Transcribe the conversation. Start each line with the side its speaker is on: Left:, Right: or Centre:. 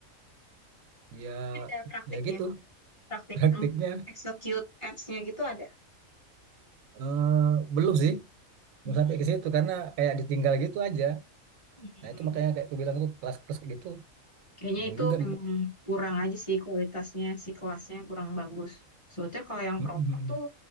Right: ya
Left: Ada praktiknya,
Right: ya gitu <laughs>
Left: praktik
Right: praktiknya
Left: yang execute apps nya gitu ada.
Right: eh, belum sih belum
Left: Hmm.
Right: sampai ke situ karena kayak ditinggal gitu aja
Left: Hmm.
Right: nah itu makanya kayak aku bilang tuh kelas-kelas kayak gitu
Left: Kayaknya
Right: bingung
Left: itu
Right: juga
Left: memang kurang aja sih kualitasnya, si kelasnya kurang bagus. Soalnya kalau yang
Right: Mm-mm.
Left: proper tuh